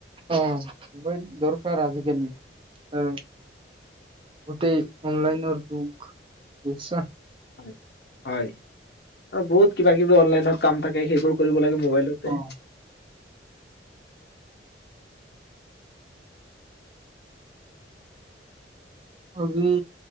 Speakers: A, on the right; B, on the left.
A: অ মোবাইল দৰকাৰ আজিকালি আহ গোটেই অনলাইনৰ যগ বুজছা।
B: হয় আৰু বহুত কিবা কিবি অনলাইনত কাম থাকে সেইবোৰ কৰিব লাগে মোবাইলতে।
A: অ আজি